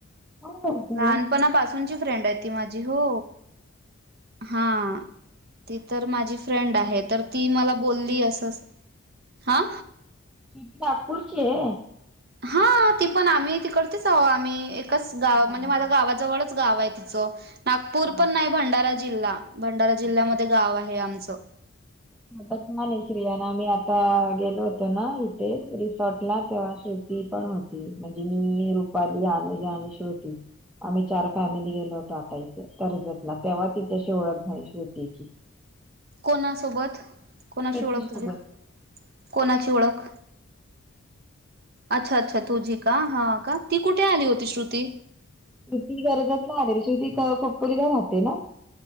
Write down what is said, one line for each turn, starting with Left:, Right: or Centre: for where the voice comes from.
Centre: काय करते
Right: लहानपनापासूनची फ्रेंड येतं. ती माझी हो हा ती तर माझी फ्रेंड आहेत. तर ती मला बोली असं असं हा.
Centre: श्रुती नागपूरची ये.
Right: हा ती पन आम्ही तिकडचे आहो. आम्ही एकच गाव म्हणजे
Centre: हा
Right: माझ्या गावाजवळच गाव आहे तिचं. नागपूर
Centre: हा
Right: पन नाही भंडारा जिल्हा भंडारा जिल्ह्यामध्ये
Centre: अच्छा
Right: गाव आहे आमचं.
Centre: बचमाने श्रियाना आता आमी गेलो होतो ना इथे रिसॉर्ट ला तेव्हा श ती पन होती. म्हणजे मी रुपाली अनुजा आणि श्रुती. आम्ही चार फॅमिली गेलो होतो. आता इते कर्जतला तेव्हा तिच्याशी ओळख झाली श्रुतीची.
Right: कोणासोबत. कोणाशी
Centre: श्रुती
Right: ओळख
Centre: सोबत
Right: झाली. कोणाची ओळख. अच्छा अच्छा तुझी का हा का ती कुठे आली होती श्रुती.
Centre: श्रुती कर्जतला आलेली. श्रुती खोपोलीला राहते ना.